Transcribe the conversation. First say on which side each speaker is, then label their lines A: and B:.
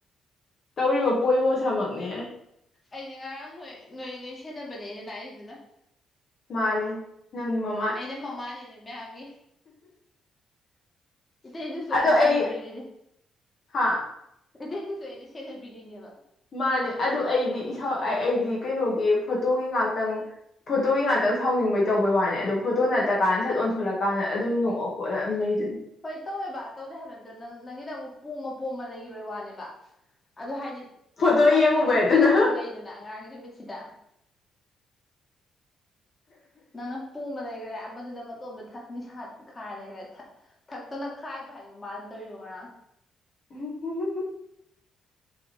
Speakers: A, on the left (about 55°); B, on the left (about 25°).
A: ꯇꯧꯔꯤꯕ ꯄꯣꯌꯣꯁꯥꯃꯛꯅꯦ
B: ꯑꯩꯁꯦ ꯉꯔꯥꯡ ꯅꯣꯏ ꯅꯣꯏ ꯅꯣꯏ ꯁꯦꯟꯅꯕꯅꯦ ꯑꯩꯅ ꯂꯥꯛꯏꯗꯨꯅ
A: ꯃꯥꯅꯦ ꯅꯪ ꯃ
B: ꯑꯩꯅ ꯃꯃꯥꯅꯤ ꯅꯣꯏ ꯃꯌꯥꯝꯒꯤ ꯏꯇꯩꯗꯨꯁꯨ ꯑꯩꯅ
A: ꯑꯗꯣ
B: ꯁꯦꯟꯅꯕꯤꯔꯤꯅꯤ
A: ꯑꯩ ꯍꯥ
B: ꯢꯇꯩꯗꯨꯁꯨ ꯑꯩꯅ ꯁꯦꯟꯅꯕꯤꯔꯤꯅꯦꯕ
A: ꯃꯥꯅꯦ ꯑꯗꯨ ꯑꯩꯗꯤ ꯏꯁꯥꯎ ꯑꯩ ꯑꯩꯗꯤ ꯀꯩꯅꯣꯒꯤ ꯐꯣꯇꯣꯒꯤ ꯉꯥꯛꯇꯪ ꯐꯣꯇꯣꯒꯤ ꯉꯥꯛꯇꯪ ꯁꯥꯎꯅꯤꯡꯕꯩ ꯇꯧꯕꯩ ꯋꯥꯅꯤ ꯑꯗꯨ ꯐꯣꯇꯣ ꯅꯠꯇ ꯀꯥꯟꯗ ꯁꯠ ꯑꯣꯟꯊꯣꯔꯂꯛꯀꯥꯟꯗ ꯑꯗꯨꯝ ꯅꯣꯛꯑ ꯈꯣꯠꯂꯒ ꯑꯗꯨꯝ ꯂꯩꯗꯨꯅꯤ
B: ꯍꯣꯏ ꯇꯧꯋꯦꯕ ꯇꯧꯗꯦ ꯍꯥꯏꯕ ꯅꯠꯇꯦ ꯅꯪ ꯅꯪꯒꯤꯅ ꯑꯃꯨꯛ ꯄꯣꯝꯃ ꯄꯣꯝꯃ ꯂꯩꯈꯤꯕꯒꯤ ꯋꯥꯅꯦꯕ ꯑꯗꯣ ꯍꯥꯏꯗꯤ
A: ꯐꯣꯇꯣ
B: ꯑꯃꯃꯝꯅꯤ
A: ꯌꯦꯡꯉꯨꯕꯩ ꯑꯗꯨꯅ
B: ꯂꯣꯏꯅ ꯇꯧꯔ ꯂꯩꯗꯅ ꯉꯔꯥꯡꯒꯤ ꯅꯨꯃꯤꯠꯁꯤꯗ ꯅꯪꯅ ꯄꯣꯝꯃ ꯂꯩꯒ꯭ꯔꯦ ꯑꯃꯗꯨꯅ ꯃꯇꯣꯝꯗ ꯅꯤꯁꯥ ꯈꯥꯏꯔ ꯂꯩꯒ꯭ꯔꯦ ꯊꯛꯇꯅ ꯈꯥꯏꯕ ꯍꯥꯏꯗꯣ ꯃꯥꯅ ꯇꯧꯔꯤꯗꯣ ꯉꯔꯥꯡ
A: <inaudible>